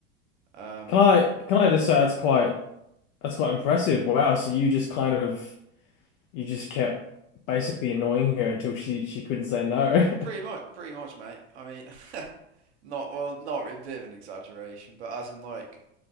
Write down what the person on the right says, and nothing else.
Um,
pretty much, pretty much, mate. I mean, <laughs> not well, not a bit of an exaggeration, but as in like